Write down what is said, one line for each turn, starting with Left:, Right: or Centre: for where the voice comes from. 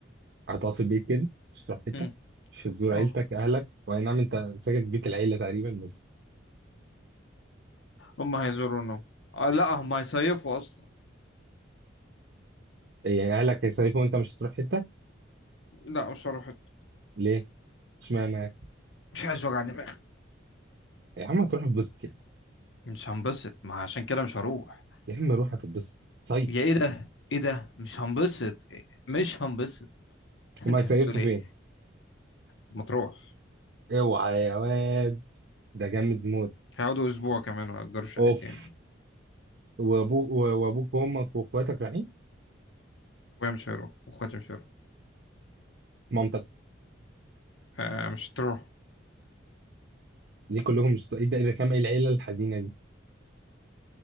Right: هتقعد في البيت كده مش هتروح حته
Left: امم
Right: مش هتزور
Left: اه
Right: عيلتك اهلك واي نعم انت ساكن في بيت العيله تقريبا بس
Left: هم هيزورونهم آه لا هم هيصيفوا اصلا
Right: يعني اهلك هيصيفوا وانت مش هتروح حته
Left: لا مش هروح
Right: ليه اشمعنى
Left: مش عايز وجع دماغ
Right: يا عم تروح اتبسط يعني
Left: مش هنبسط ما عشان كده مش هروح
Right: يا عم روح هتتبسط صيف
Left: يا ايه ده ايه ده مش هنبسط إيه؟ مش هنبسط <laughs>
Right: هما
Left: انت
Right: هيصيفوا
Left: بتقول ايه
Right: فين؟
Left: ما تروح
Right: اوعى يا واد ده جامد موت
Left: هيقعدوا اسبوع كمان وهيأجروا شقتين
Right: اوف وابوك وابوك وامك واخواتك رايحين
Left: ابويا مش هيروح واخواتي مش هيروح
Right: مامتك
Left: آه مش تروح
Right: ليه كلهم مش ايه ده ايه الرخامه ايه العيله الحزينه دي